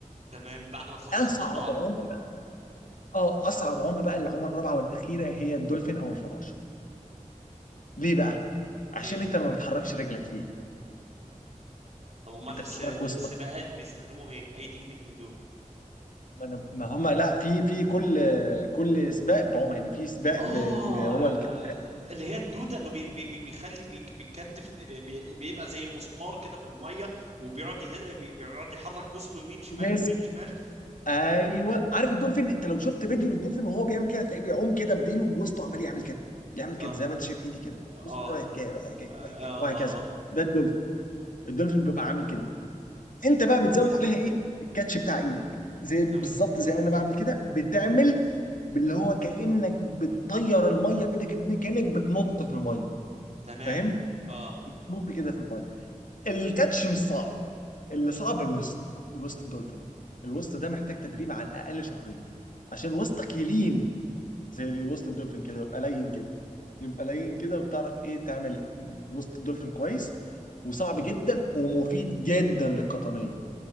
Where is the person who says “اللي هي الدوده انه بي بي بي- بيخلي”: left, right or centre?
Right